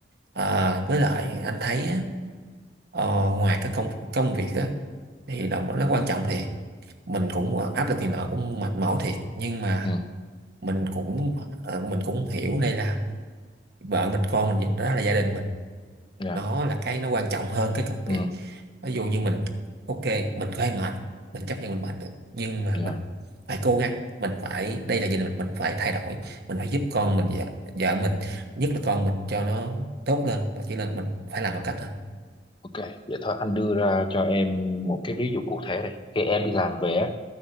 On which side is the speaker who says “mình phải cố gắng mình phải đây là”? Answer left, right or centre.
Right